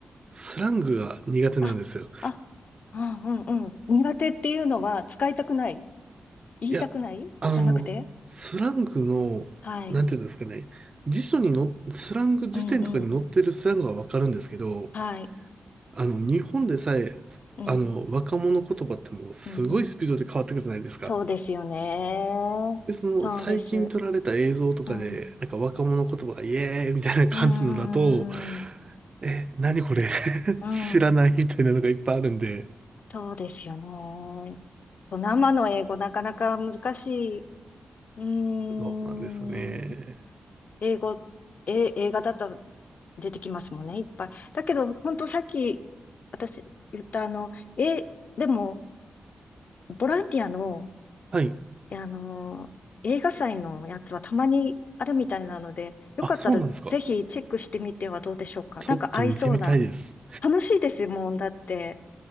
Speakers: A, on the right; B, on the left.
A: スラングが苦手なんですよ。
B: あ、あ、あ、うんうん。苦手っていうのは使いたくない、言いたくないじゃなくて
A: いや、あの、スラングの、
B: はい。
A: なんていうんですかね、辞書にの、スラング辞典とかに載ってるスラングはわかるんですけど、
B: うんうん。はい。
A: あの、日本でさえ、
B: うん、
A: あの、若者言葉ってもうすごいスピードで変わってくるじゃないですか。
B: うん、うん。そうですよね。
A: で、その最近撮られた映像とかで、
B: そうです。うん
A: なんか若者言葉がイエーイみたいな感じのだと、
B: うーん、
A: え、何これ
B: うん、
A: 知らないみたいなのがいっぱいあるんで、
B: そうですよね。生の英語なかなか難しい。うーん、
A: そうなんですよね。
B: 英語、え、映画だと出てきますもんね、いっぱい。だけど、本当さっき私言ったあの、え、でも、ボランティアの、
A: はい。
B: あの、映画祭のやつはたまにあるみたいなので、よかったらぜひチェックしてみてはどうでしょうか。
A: あ、そうなんですか。ちょっと見てみたいです。
B: なんか合いそうな。楽しいですもん、だって。